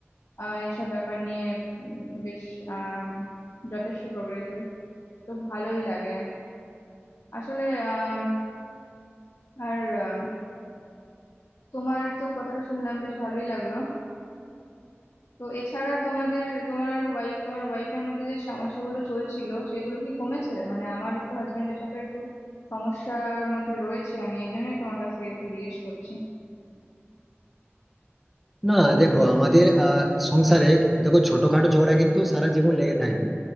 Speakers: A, on the left (about 80°); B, in the centre.
A: আহ এইসব ব্যাপার নিয়ে উম, বেশ আম, যথেষ্ট প্রগ্রেসিভ তো ভালোই লাগে আসলে আম, আর আম, তোমার তো কথাটা শুনলাম বেশ ভালোই লাগলো তো এছাড়া তোমাদের তোমার ওয়াই তোমার ওয়াইফের মধ্যে যে সমস্যাগুলো চলছিল সেগুলো কি কমেছে মানে আমার একটু হাজবেন্ডের সাথে একটু সমস্যার মধ্যে রয়েছে আমি এই জন্যই তোমার কাছে একটু জিজ্ঞেস করছি
B: না দেখো আমাদের আহ সংসারে দেখো ছোটখাটো ঝগড়া কিন্তু সারা জীবন লেগে থাকবে